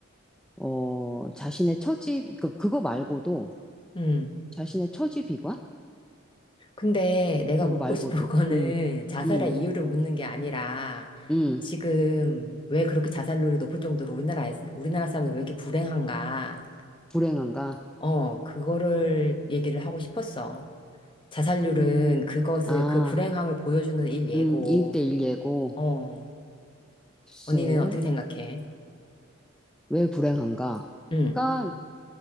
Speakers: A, in the centre; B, on the left.
A: 어, 자신의 처지, 그, 그거 말고도,
B: 음.
A: 자신의 처지 비관?
B: 근데 내가
A: 그거
B: 묻고
A: 말고도,
B: 싶은 <laughs> 거는
A: 음,
B: 자살의
A: 음,
B: 이유를 묻는 게 아니라
A: 음,
B: 지금 왜 그렇게 자살률이 높을 정도로 우리나라에서, 우리나라 사람이 왜 이렇게 불행한가?
A: 불행한가?
B: 어, 그거를 얘기를 하고 싶었어. 자살률은
A: 음,
B: 그것을,
A: 아,
B: 그 불행함을 보여주는 일 예고.
A: 음, 1대1 예고.
B: 어,
A: 글쎄,
B: 언니는 어떻게 생각해?
A: 왜 불행한가?
B: 응,
A: 그러니까